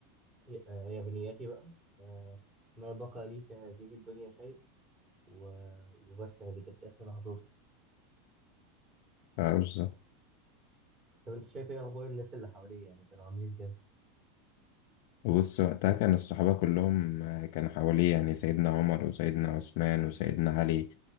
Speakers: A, on the right; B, on the left.
A: ي- آه، يا بنياتي بقى آه، ما بقى لي في هذه الدنيا شيء و... وبس يعني دي كانت آخر لحظاته
B: اه بالظبط
A: طب أنت شايف إيه أخبار الناس اللي حواليه يعني كانوا عاملين إزاي؟
B: بص وقتها كان الصحابة كلهم آه، كانوا حواليه يعني سيدنا عمر وسيدنا عثمان وسيدنا علي